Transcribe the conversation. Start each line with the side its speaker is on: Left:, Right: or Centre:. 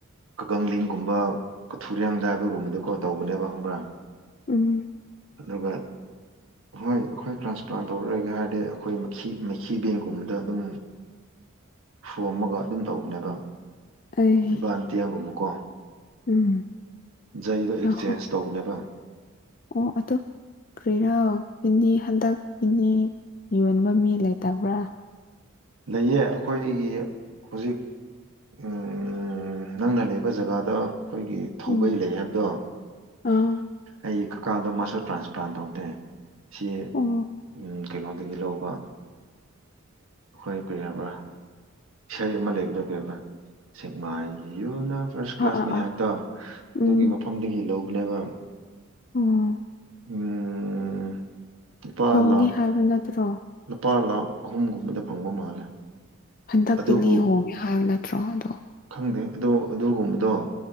Right: ꯀꯀꯪꯂꯤꯡꯒꯨꯝꯕ ꯀꯊꯨꯔꯦꯡꯗ ꯍꯥꯏꯕꯒꯨꯝꯕꯗꯀꯣ ꯇꯧꯕꯅꯦꯕ ꯈꯪꯕ꯭ꯔꯥ
Left: ꯎꯝ
Right: ꯑꯗꯨꯒ ꯍꯣꯏ ꯑꯩꯈꯣꯏ ꯇ꯭ꯔꯥꯟꯁꯄ꯭ꯂꯥꯟ ꯇꯧꯔꯔꯣꯏꯒꯦ ꯍꯥꯏꯔꯗꯤ ꯑꯩꯈꯣꯏ ꯃꯊꯤ ꯃꯩꯍꯤ ꯕꯦꯡ ꯒꯨꯝꯕꯗ ꯑꯗꯨꯝ ꯁꯣꯝꯃꯒ ꯑꯗꯨꯝ ꯇꯧꯕꯅꯦꯕ
Left: ꯑꯩ
Right: ꯕꯥꯟ ꯇꯤꯌꯥꯡ ꯒꯨꯝꯕꯀꯣ
Left: ꯎꯝ
Right: ꯖꯩꯗꯣ ꯑꯦꯛꯆꯦꯟꯁ
Left: ꯉꯥꯏꯈꯣ
Right: ꯇꯧꯕꯅꯦꯕ
Left: ꯑꯣ ꯑꯗꯣ ꯀꯔꯤꯔꯣ ꯀꯤꯗꯅꯤ ꯈꯟꯗꯛ ꯀꯤꯗꯅꯤ ꯌꯣꯟꯕ ꯃꯤ ꯂꯩꯇꯕ꯭ꯔꯥ
Right: ꯂꯩꯌꯦ ꯑꯩꯈꯣꯏꯒꯤ ꯍꯧꯖꯤꯛ ꯎꯝ ꯅꯪꯅ ꯂꯩꯕ ꯖꯒꯥꯗꯣ ꯑꯩꯈꯣꯏꯒꯤ ꯊꯧꯕꯩ
Left: ꯎꯝ
Right: ꯂꯩ ꯍꯥꯏꯕꯗꯣ
Left: ꯑꯥ
Right: ꯑꯩ ꯀꯀꯥꯗꯣ ꯃꯁꯨ ꯇ꯭ꯔꯥꯟꯁꯄ꯭ꯂꯥꯟ ꯇꯧꯗꯦ ꯁꯤ
Left: ꯑꯣ
Right: ꯎꯝ ꯀꯩꯅꯣꯗꯒꯤ ꯂꯧꯕ ꯑꯩꯈꯣꯏ ꯀꯔꯤ ꯍꯥꯏꯕ꯭ꯔ ꯏꯁꯩ ꯑꯃ ꯂꯩꯕꯗꯣ ꯀꯩꯕ ꯁꯦꯛꯃꯥꯏꯒꯤ ꯌꯨꯅ ꯐꯥꯔꯁ ꯀ꯭ꯂꯥꯁꯅꯦ
Left: ꯑꯥ ꯑꯥ ꯑꯥ
Right: ꯍꯥꯏꯕꯗꯣ
Left: ꯎꯝ
Right: ꯑꯗꯨꯒꯤ ꯃꯐꯝꯗꯒꯤ ꯂꯧꯕꯅꯦꯕ
Left: ꯑꯣ
Right: ꯎꯝ ꯂꯨꯄꯥ
Left: ꯍꯣꯡꯉꯦ
Right: ꯂꯥꯛ
Left: ꯍꯥꯏꯕ ꯅꯠꯇ꯭ꯔꯣ
Right: ꯂꯨꯄꯥ ꯂꯥꯛ ꯑꯍꯨꯝꯒꯨꯝꯕꯗ ꯐꯪꯕ ꯃꯥꯜꯂꯦ
Left: ꯍꯟꯗꯛꯀꯤ
Right: ꯑꯗꯨꯕꯨ
Left: ꯅꯤ ꯍꯣꯡꯉꯦ ꯍꯥꯏꯕ ꯅꯠꯇ꯭ꯔꯣ ꯑꯗꯣ
Right: ꯈꯪꯗꯦ ꯑꯗꯣ ꯑꯗꯨꯒꯨꯝꯕꯗꯣ